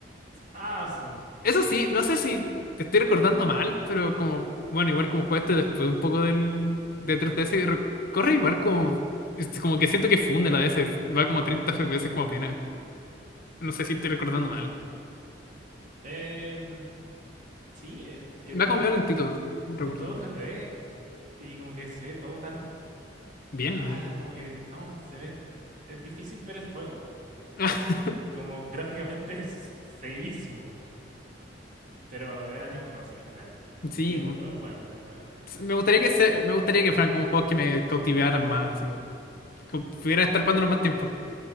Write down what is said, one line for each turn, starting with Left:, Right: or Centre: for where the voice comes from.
Right: Awesome.
Left: Eso sí, no sé si te estoy recordando mal, pero como, bueno, igual como jugaste después un poco del de 3DS, re- corre igual como, es como que siento que funde la DS, va como a 30 FPS como apenas. No sé si estoy recordando mal.
Right: Em, sí, es que
Left: Va
Right: es,
Left: como medio lentito, recuerdo.
Right: es todo tres d y como que se ve todo tan
Left: Bien,
Right: Ah,
Left: no sé.
Right: como que no, se ve. Es difícil ver el juego.
Left: <laughs>
Right: Como gráficamente es feísimo. Pero es Animal Crossing al final.
Left: Sí,
Right: Y es, un-
Left: como-
Right: es bueno, es bueno este.
Left: me gustaría que se, me gustaría que fueran como juegos que me cautivaran más, así como, que pudiera estar jugándolo más tiempo.